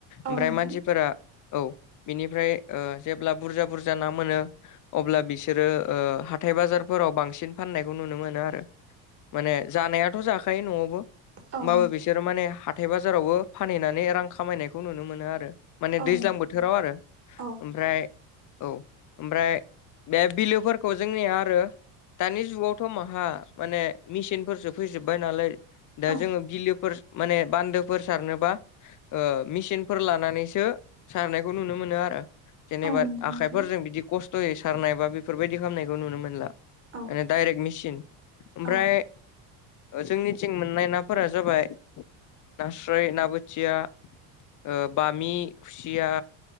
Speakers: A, on the right; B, on the left.
A: औ
B: ओमफ्राय
A: नोंथां
B: मानसिफोरा औ बिनिफ्राय ओ जेब्ला बुरजा बुरजा ना मोनो अब्ला बिसोरो ओ हाथाय बाजार फोराव बांसिन फाननायखौ नुनो मोनो आरो माने जानायाथ' जाखायो न'आवबो होमबाबो
A: औ नोंथां
B: बिसोरो माने हाथाय बाजारावबो फानहैनानै रां खामायनायखौ नुनो मोनो आरो। माने
A: औ
B: दैज्लां
A: नोंथां
B: बोथोराव आरो
A: औ
B: ओमफ्राय औ ओमफ्राय बे बिलोफोरखौ जोंनिया आरो दानि जुगावथ' माहा माने मेसिनफोरसो फैजोबबाय नालाय दा
A: औ
B: जोङो बिलोफोर माने बान्दोफोर सारनोबा ओ मेचिनफोर लानानैसो सारनायखौ नुनो मोनो आरो। जेनेबा
A: औ नोंगौ
B: आखाइफोरजों
A: नोंथां
B: बिदि कस्त'यै सारनाय बा बेफोरबायदि खामनायखौ नुनो मोनला।
A: औ
B: माने डाइरेक्ट मेसिन ओमफ्राय
A: औ
B: ओ जोंनिथिं मोननाय नाफोरा जाबाय नास्राय ना बोथिया ओ बामि खुसिया